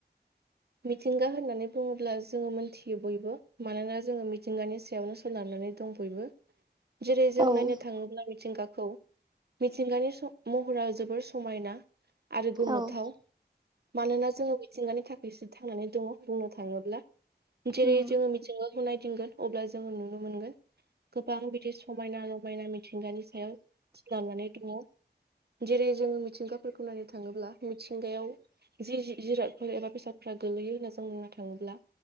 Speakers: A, on the right; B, on the right.
A: मिथिंगा होननानै बुङोब्ला जोङो मोनथियो बयबो। मानोना जोङो मिथिंगानि सायावनो सोनारनानै दं बयबो। जेरै जों
B: औ
A: नायनो थाङोब्ला मिथिंगाखौ मिथिंगानि स महरा जोबोर समायना। आरो गोमोथाव।
B: औ
A: मानोना जोङो मिथिंगानि था खायसो थांनानै दङ बुंनो थाङोब्ला। जेरै
B: उम
A: जोङो मिथिंगाखौ नायदिंगोन। अब्ला जोङो नुनो मोनगोन। गोबां बिदि समायना रमायना मिथिंगानि सायाव सोनारनानै दङ। जेरै जोङो मिथिंगाफोरखौ नायनो थाङोब्ला मिथिंगायाव जि-जि-जिरादफोर एबा बेसाद फ्रा गोलैयो होनना जों बुंनो थाङोब्ला